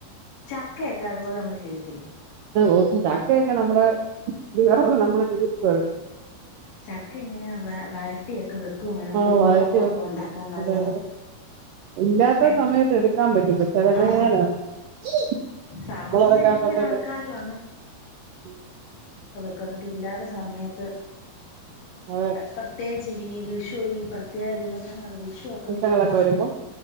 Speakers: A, on the left (about 80°); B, on the right (about 80°).
A: ചക്കയൊക്കെ അതുപോലെ നമ്മൾ ചെയ്യത്തില്ലേ?
B: ഓ ചക്കയൊക്കെ നമ്മള് <unintelligible> നമ്മള് തീർക്കുവത്.
A: ചക്ക ഇങ്ങനെ വ വരട്ടിയൊക്കെ വെ ക്കുവാണെ
B: ആഹ്
A: കുമ്പളപ്പം
B: വഴറ്റി
A: ഒക്കെ
B: വെക്കും
A: ഒണ്ടാക്കാൻ നല്ലതാ
B: അതെ അതെ ഇല്ലാത്ത
A: ഏഹ്
B: സമയത്ത് എടുക്കാൻ പറ്റും പക്ഷെ എന്തൊയെന്ന
A: ആഹ്
B: <unintelligible>
A: സാധാരണ എല്ലാ ആൾക്കാരും ക്കു ന്നിട്ടില്ലാത്ത സമയത്ത്
B: അതെ
A: പ്രത്യേകി ച്ച് വീ വിഷു ഈ പ്രത്യേക ദിവസങ്ങളൊക്കെ വി ഷുവക്ക
B: നിമിഷങ്ങളൊക്കെ
A: വരുമ്പളാക്കെ
B: വരുമ്പം